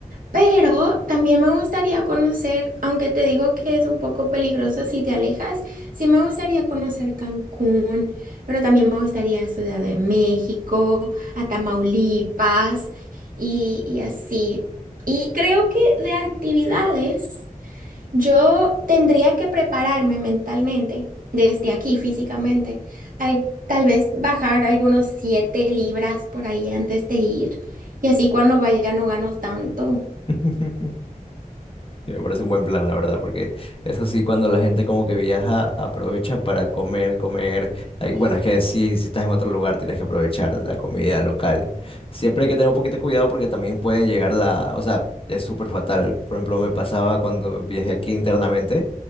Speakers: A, on the right; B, on the left.
A: pero también me gustaría conocer, aunque te digo que es un poco peligroso si te alejas, sí me gustaría conocer Cancún, pero también me gustaría Ciudad de México, a Tamaulipas y, y así. Y creo que de actividades yo tendría que prepararme mentalmente, desde aquí físicamente, al- tal vez bajar algunos siete libras por ahí antes de ir y así cuando vaya no gano tanto.
B: <laughs> Sí, Me parece un buen plan, la verdad, porque eso sí, cuando la gente como que viaja, aprovecha para comer, comer. Hay-
A: Sí.
B: bueno, es que sí, si estás en otro lugar, tienes que aprovechar la comida local. Siempre hay que tener un poquito de cuidado porque también pueden llegar la, o sea, es súper fatal. Por ejemplo, me pasaba cuando viajé aquí internamente,